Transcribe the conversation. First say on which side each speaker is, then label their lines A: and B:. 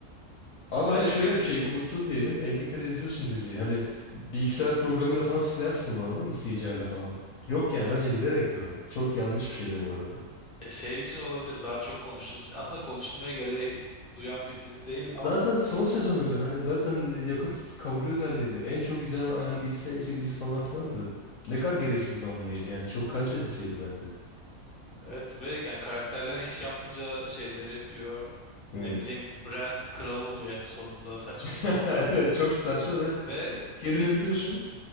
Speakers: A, on the left; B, on the left.
A: Abi hayır
B: Ve
A: şöyle
B: ya
A: bir şey unuttun diyelim 50 kere izliyorsun diziyi. Hani bilgisayar programıyla falan silersin onu anladın mı? CGI ile falan. Yok ya
B: evet.
A: bence bilerekti o. Çok yanlış bir şeydi bu arada.
B: Ya şey için olabilir daha çok konuşulsun. Aslında konuşulmaya gereği duyan bir dizi değil ama
A: Zaten son sezonuydu. Hani zaten yakıp kavuruyordu her yeri. En çok izlenen
B: evet,
A: IMDb'si en yüksek dizi falan filandı. Ne kadar gereksiz bir hamleydi yani. Çok kalitesiz şeydi bence.
B: evet ve yani karakterler hiç yapmayacağı şeyleri yapıyor.
A: Hmm.
B: Ne bileyim Bran kral oluyor en sonunda saçma
A: <laughs>
B: sapan.
A: Evet çok saçma ve
B: Ve
A: Tyrion'u biliyorsun.
B: s-